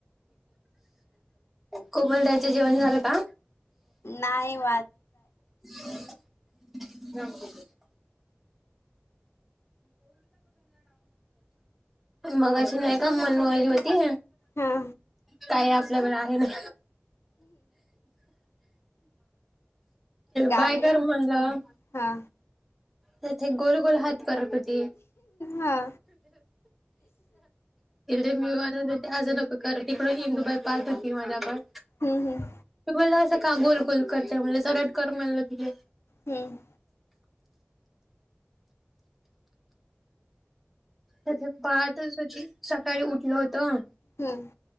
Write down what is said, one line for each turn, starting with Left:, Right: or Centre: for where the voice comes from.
Centre: कोमल ताईच जेवण झालं का?
Left: नाही <unintelligible>
Centre: <unintelligible> मगाशी नाही का मनु आली होती.
Left: हा
Centre: काय आपल्याकडे आहे ना.
Left: काम
Centre: बाय
Left: आहे
Centre: कर म्हणलं.
Left: हा.
Centre: तेथे गोल गोल हात करत होती.
Left: हा
Centre: इकडे मी म्हणत होते असं नको करु तिकडून इंदुबाई द पाहत होती माझ्याकड.
Left: हम्म
Centre: तुमला असं का गोल गोल करताय म्हट्ले सरट कर म्हणलं तिले,
Left: हम्म.
Centre: त्या <unintelligible> होती सकाळी उठलं होतं.
Left: हम्म.